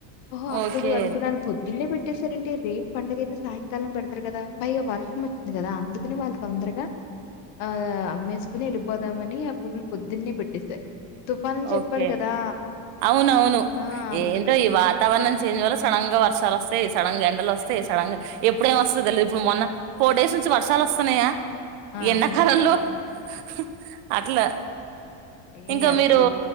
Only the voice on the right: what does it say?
ఓకే
ఓకే
అవునవును
ఏంటో ఈ వాతావరణం చేంజ్ వల్ల సడన్ గా వర్షాలు వస్తాయి యి సడన్గా ఎండలు వస్తాయి సడన్గా ఎప్పుడ ఏం వస్తుంది తెలిదు ఇప్పుడు మొన్న ఫోర్ డేస్ నుంచి వర్షాలు వస్తున్నాయా
ఎండాకాలంలో
హ్హు అట్లా.
ఇంకా
మీరు